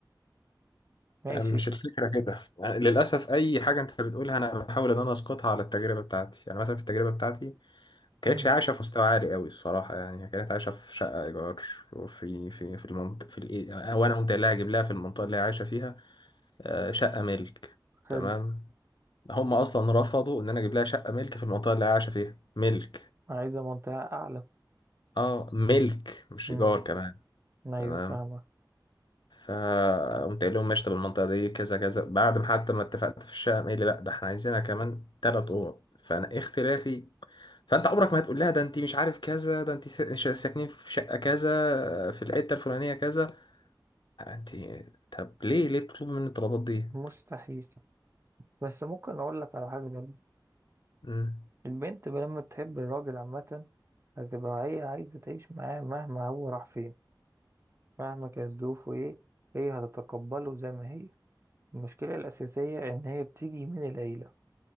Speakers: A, on the right; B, on the left.
A: ماشي
B: مش الفكرة كده يعني للأسف أي حاجة أنت بتقولها أنا بحاول إن أنا أسقطها على التجربة بتاعتي يعني مثلا في التجربة بتاعتي كانتش
A: مم.
B: عايشة في مستوى عالي قوي الصراحة يعني هي كانت عايشة في شقة إيجار وفي في في المنطقة في الإيه وأنا قمت قايل لها أجيب لها في المنطقة اللي هي عايشة فيها آه، شقة ملك
A: حلو
B: تمام هم أصلا رفضوا إن أنا أجيب لها شقة ملك في المنطقة اللي هي عايشة فيها ملك
A: عايزة منطقة أعلى
B: أه ملك مش
A: امم
B: إيجار كمان
A: ايوه
B: تمام
A: فاهمك
B: فقمت قايل لهم ماشي طب المنطقة دي كذا كذا بعد ما حتى ما اتفقت في الشقة قايل لي لأ ده إحنا عايزينها كمان تلات أوض فأنا اختلافي فانت عمرك ما هتقول لها ده انت مش عارف كذا ده انت سا- شا- ساكنين في شقه كذا في الحته الفلانيه كذا انت طب ليه ليه بتطلبوا مني الطلبات دي
A: مستحيل بس ممكن اقول لك على حاجه جميلة.
B: امم
A: البنت لما تحب الراجل عامه هتبقى هي عايزه تعيش معاه مهما هو راح فين مهما كانت ظروفه ايه هي هتتقبله زي ما هي المشكله الاساسيه ان هي بتيجي من العيله